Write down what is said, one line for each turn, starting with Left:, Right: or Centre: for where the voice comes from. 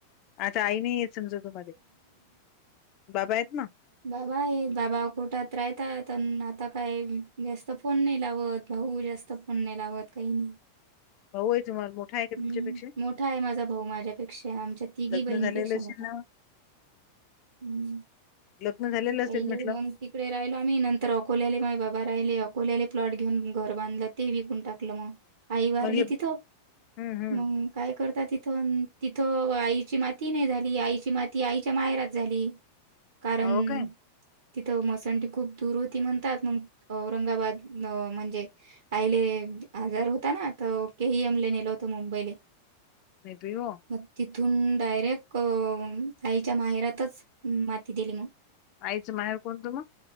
Left: आता आई नाही येत समजा तु मध्ये बाबा आहेत ना
Right: बाबा आहे बाबा कोोठात राहत आता काय जास्त फोन नाही लावत भाऊ जास्त तता फोन नाही लागत काही नाही
Left: भाऊ आहे तुम्हाला मोठा आहे का
Right: हम्म
Left: तुमच्यापेक्षा?
Right: मोठा आहे माझा भाऊ माझ्यापेक्षा आमच्या तिघी
Left: लग्न
Right: बहिणीपेक्षा
Left: झालेलं असेल
Right: मोठा
Left: ना,
Right: ह
Left: लग्न झालेलं
Right: पहिले
Left: असेल म्हटलं.
Right: ममती तिकडे राहिलो आम्ही नंतर अकोल्याले माझ बाबा राहिले अकोल्याले प्लॉट घेऊन घर बांधलं ते विकून टाकलं मग आई वारली
Left: मग हे
Right: तिथं
Left: हं, हं.
Right: मग काय करता तिथं तिथं आईची माती नाही झाली आईची माती आईच्या माहेरात झाली कारण
Left: हो काय?
Right: तिथं मसंडीी खूप दूर होती म्हणतात मग औरंगाबाद म्हणजे आहिले आजार होता ना तर केहीमले नेल होत मुंबईले
Left: मेब हो
Right: मग तिथून डायरेक्ट साईच्या माहेरातच माती दिली मग
Left: आयचं माहेर कोणतु मग